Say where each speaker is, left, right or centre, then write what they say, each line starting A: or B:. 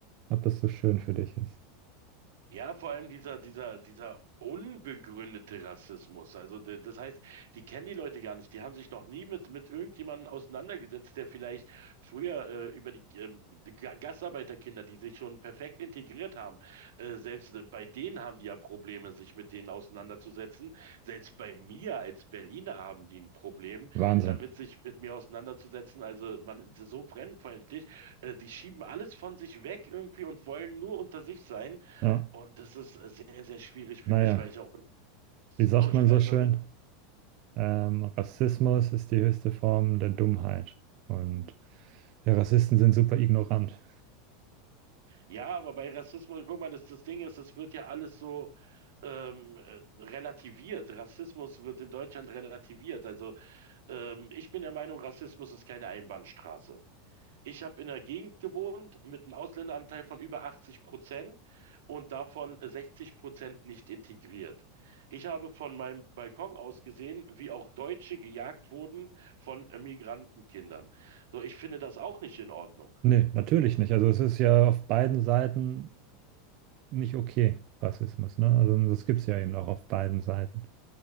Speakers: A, on the right; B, on the right.
A: ob das so schön für dich ist.
B: Ja, vor allem dieser, dieser, dieser unbegründete Rassismus. Also, d- das heißt, die kennen die Leute gar nicht. Die haben sich noch nie mit, mit irgendjemandem auseinandergesetzt, der vielleicht früher äh, über die, ähm, die Ga- Gastarbeiterkinder, die sich schon perfekt integriert haben, äh, selbst äh, bei denen haben die ja Probleme, sich mit denen auseinanderzusetzen. Selbst bei mir als Berliner haben die ein Problem,
A: Wahnsinn.
B: damit sich mit mir auseinanderzusetzen. Also, man ist so fremdenfeindlich. Äh, die schieben alles von sich weg irgendwie und wollen nur unter sich sein.
A: Ja,
B: Und das ist äh, sehr, sehr schwierig für
A: naja,
B: mich, weil ich auch ein
A: wie sagt
B: Socializer
A: man so schön?
B: bin.
A: Ähm, Rassismus ist die höchste Form der Dummheit und ja, Rassisten sind super ignorant.
B: Ja, aber bei Rassismus, guck mal, das, das Ding ist, es wird ja alles so ähm, äh, relativiert. Rassismus wird in Deutschland relativiert. Also ähm, ich bin der Meinung, Rassismus ist keine Einbahnstraße. Ich habe in der Gegend gewohnt mit einem Ausländeranteil von über 80 Prozent und davon 60 Prozent nicht integriert. Ich habe von meinem Balkon aus gesehen, wie auch Deutsche gejagt wurden von Migrantenkindern. So, ich finde das auch nicht in Ordnung.
A: Nee, natürlich nicht. Also es ist ja auf beiden Seiten nicht okay, Rassismus, ne? Also das gibt es ja eben auch auf beiden Seiten.